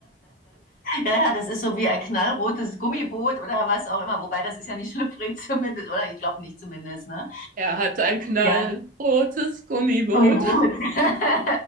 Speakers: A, on the left; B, on the right.
A: Ja, ja, das ist so wie ein knallrotes Gummiboot oder was auch immer. Wobei, das ist ja nicht schlüpfrig <laughs> zumindest, oder? Ich glaube nicht zumindest, ne?
B: Er hat ein knallrotes
A: Ja,
B: Gummiboot.
A: Gummiboot. <laughs>